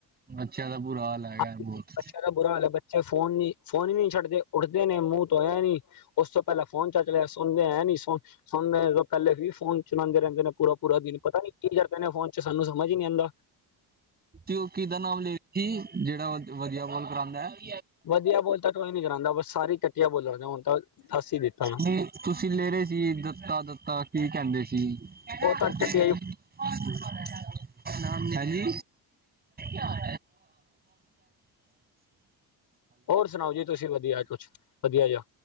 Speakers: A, on the right; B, on the left.
A: ਬੱਚਿਆਂ ਦਾ ਬੁਰਾ ਹਾਲ ਹੈਗਾ
B: ਅੱਛਾ।
A: ਬਹੁਤ
B: ਬੜਾ ਬੁਰਾ ਹਾਲੇ ਬੱਚੇ ਫੋਨ ਨੀ ਫੋਨ ਹੀ ਨੀ ਛੱਡਦੇ ਉੱਠਦੇ ਨੇ ਮੂੰਹ ਧੋਇਆ ਨਹੀ। ਉਸ ਤੋਂ ਪਹਿਲਾਂ ਫੋਨ ਚੁੱਕ ਲਿਆ ਸੁਣਦੇ ਐਂ ਨੀ ਸੁ ਸੁਣਨ ਪਹਿਲੇ ਵੀ ਫੋਨ ਚਲਾਉਦੇ ਰਹਿੰਦੇ ਨੇ। ਪੂਰਾ ਪੂਰਾ ਦਿਨ ਪਤਾ ਨੀ ਕੀ ਕਰਦੇ ਨੇ ਫੋਨ ਚ ਸਾਨੂੰ ਸਮਝ ਹੀ ਨਹੀਂ ਆਂਦਾ।
A: ਉਹ ਕਿਦਾ ਨਾਮ ਲੇ ਸੀ ਜਿਹੜਾ ਵਧੀਆ ਬੋਲ ਕਰਾਉਂਦਾ ਹੈ।
B: ਵਧੀਆ ਬੋਲ ਤਾਂ ਕੋਈ ਨੀ ਕਰਾਉਂਦਾ ਬਸ ਸਾਰੀ ਘਟੀਆ ਬੋਲ ਹੁਣ ਤਾਂ ਦੱਸ ਹੀ ਦਿੱਤਾ ਨਾ।
A: ਨਹੀਂ ਤੁਸੀਂ ਲੈ ਰਹੇ ਸੀ ਦਤਾ ਦਤਾ ਕੀ ਕਹਿੰਦੇ ਸੀ। <unintelligible>
B: ਉਹ ਤਾਂ ਚਟਿਆ ਜੀ
A: ਨਾਮ ਹੈ ਜੀ ਹਾਂ।
B: ਹੋਰ ਸੁਣਾਓ ਜੀ ਤੁਸੀਂ ਵਧੀਆ ਕੁਛ ਵਧੀਆ ਜਹਾ